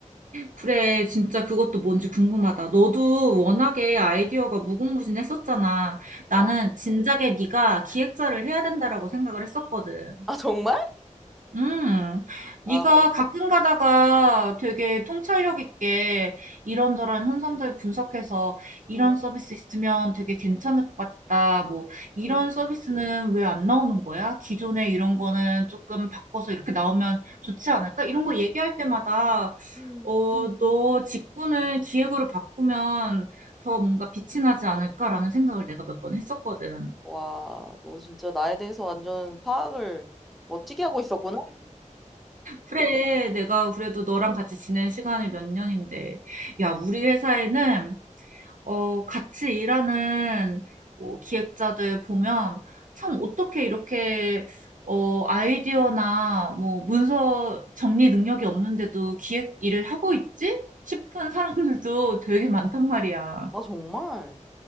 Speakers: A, on the right; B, in the centre.
A: 그래, 진짜 그것도 뭔지 궁금하다. 너도 워낙에 아이디어가 무궁무진했었잖아. 나는
B: 와.
A: 진작에 네가 기획자를 해야 된다라고 생각을 했었거든.
B: 아, 정말?
A: 음,
B: 아,
A: 네가
B: 고
A: 가끔 가다가 되게 통찰력 있게 이런저런 현상들 분석해서 이런
B: 음,
A: 서비스 있으면 되게 괜찮을 것 같다. 뭐 이런
B: 음,
A: 서비스는 왜 안 나오는 거야? 기존에 이런 거는 조금 바꿔서 이렇게 나오면 좋지 않을까? 이런 거 얘기할 때마다
B: 음.
A: 어, 너 직군을 기획으로 바꾸면 더 뭔가 빛이 나지 않을까라는 생각을 내가 몇 번 했었거든.
B: 와, 너 진짜 나에 대해서 완전 파악을 멋지게 하고 있었구나?
A: 그래, 내가 그래도 너랑 같이 지낸 시간이 몇 년인데. 야, 우리 회사에는, 어, 같이 일하는, 뭐, 기획자들 보면, 참, 어떻게 이렇게, 어, 아이디어나, 뭐, 문서 정리 능력이 없는데도 기획 일을 하고 있지? 싶은 사람들도 되게 많단 말이야.
B: 아, 정말?